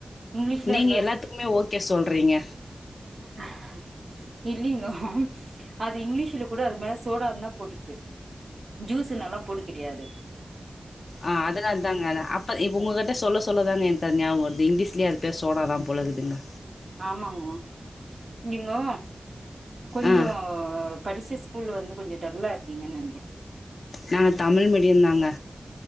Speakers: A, on the right (about 55°); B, on the left (about 85°).
A: இங்கிலீஷ்ல
B: நீங்க
A: அது
B: எல்லாத்துக்குமே ஓகே சொல்றீங்க
A: ம்ஹு இல்லீங்கோ அது இங்கிலீஷ்ல கூட அது மேல சோடான் தா போட்டுக்குது ஜூஸுனல்லா போடு கெடையாது
B: அ அதனால் தாங்க அப்ப இப்ப உங்ககிட்ட சொல்ல சொல்ல தாங்க எனக்கு அது நியாவ வருது இங்கிலீஷ்லியு அது ட்டு சோடா தா போல இகுதுங்க
A: ஆமாங்க நீங்கோ கொஞ்சோ
B: ஆ
A: படிச்ச ஸ்கூல்ல வந்து கொஞ்ச டல்லா இருப்பிங்கன் நெனைக்கிறே
B: நாங்க தமிழ் மீடியந் தாங்க